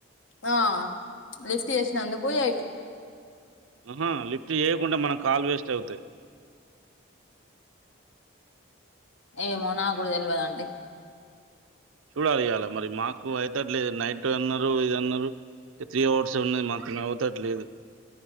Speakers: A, on the left (about 70°); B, on the right (about 80°).
A: ఆ లిఫ్ట్ చేసినందుకు ఎయిటీ
B: ఆహా లిఫ్ట్ చేయకుంటే మనకు కాలు వేస్ట్ అవుతాయి
A: ఏమో నాకు కూడా తెలవదండి
B: చూడాలి ఇయ్యాల మరి మాకు అయితట్లేదు నైట్ అన్నారు ఇద అన్నారు అంటే త్రీ అవర్స్ ఉన్నాయి మా తోని అవతాట్ లేదు